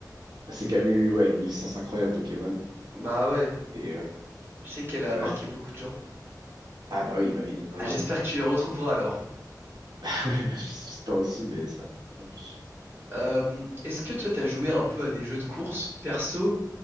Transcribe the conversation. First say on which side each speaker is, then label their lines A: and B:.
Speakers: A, on the right; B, on the right.
A: bah, c'est quand même une, ouais, une licence incroyable Pokémon.
B: Bah ouais,
A: Et ouais,
B: je sais qu'elle a
A: ouais,
B: marqué
A: ouais, c'est-
B: beaucoup de gens.
A: ah bah oui, bah oui, non,
B: Ah,
A: non.
B: j'espère
A: <laughs>
B: que tu les retrouveras alors.
A: Ah Ouais, bah, j'espère aussi, mais ça, ça m'a bien fiché.
B: Euh, est-ce que toi t'as joué un peu à des jeux de course? Perso,